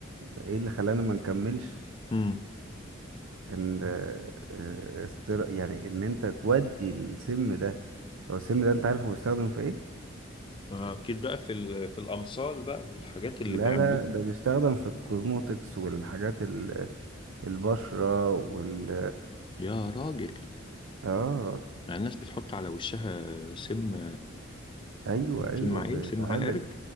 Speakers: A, on the right (about 75°); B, on the left (about 25°).
A: ايه اللي خلانا ما نكملش
B: مم.
A: ان آه، آه، استر... يعني ان انت تودي السم ده هو السم ده انت عارفه بيستخدم في ايه
B: أكيد بقى في ال- في الأمثال بقى والحاجات اللي
A: لا
B: بيعملوها
A: لا ده بيستخدم في الكوزموتكس والحاجات ال- البشرة وال
B: يا راجل
A: اه
B: يعني الناس بتحط على وشها سم
A: ايوه ايوه
B: سم ايه
A: بيتعالج
B: سم عقارب